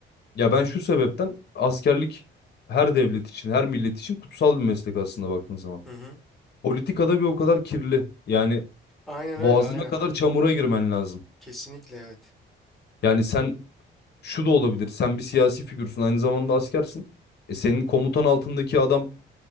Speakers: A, on the left (about 55°); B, in the centre.
A: ya ben şu sebepten askerlik her devlet için, her millet için kutsal bir meslek aslında baktığın zaman.
B: Hı hı.
A: Politikada bir o kadar kirli. Yani
B: Aynen
A: boğazına
B: öyle aynen.
A: kadar çamura girmen lazım.
B: Kesinlikle evet.
A: Yani sen şu da olabilir. Sen bir siyasi figürsün. Aynı zamanda askersin. E senin komutan altındaki adam